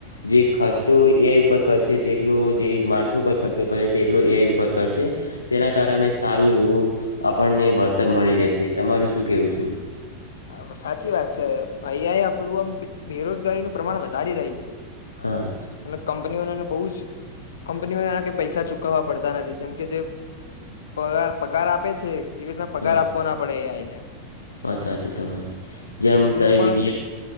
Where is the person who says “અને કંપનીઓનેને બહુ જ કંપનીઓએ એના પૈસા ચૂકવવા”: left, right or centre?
Left